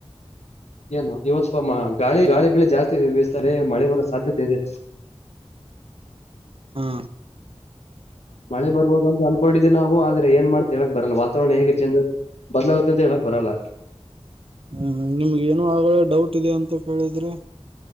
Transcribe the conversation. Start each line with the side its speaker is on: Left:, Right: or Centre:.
Left: ಏನೋ ಇವತ್ತು ಸ್ವಪ ಗಳಿ ಗಾಳಿ ಬೆಳೆ ಜಾಸ್ತಿ ಬೀಸತಾದೆ ಮಳೆ ಬರೋ ಸಾಧ್ಯತೆ ಇದೆ.
Right: ಹಾ
Left: ಮಳೆ ಬರ್ಬೋದು ಅನ್ಕೊಂಡಿದ್ದಿ ನಾವು ಆದ್ರೆ ಏನ್ ಮಾಡ್ತಾ ಹೇಳಕ್ ಬರಲ್ಲಾವರಣ ಹೇಗೆ ಚೇಂಜ ಆತದೆ. ಬದ್ಲಾಗುತ್ತೆ ಅಂತ ಹೇಳಾಕ ಬರಲ್ಲಾ.
Right: ಹ್ಮ್ ನಿಮ್ಗೆ ಏನೋ ಆಗಳೆ ಡೌಟ್ ಇದೆ ಅಂತ ಕೇಳಿದ್ರೀ